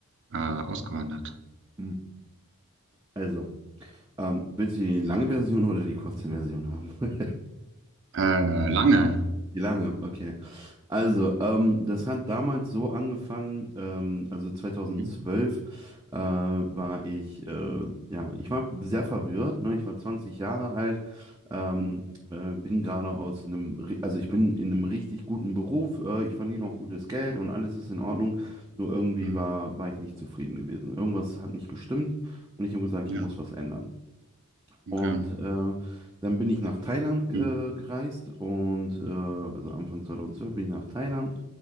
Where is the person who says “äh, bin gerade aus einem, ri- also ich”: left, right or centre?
Right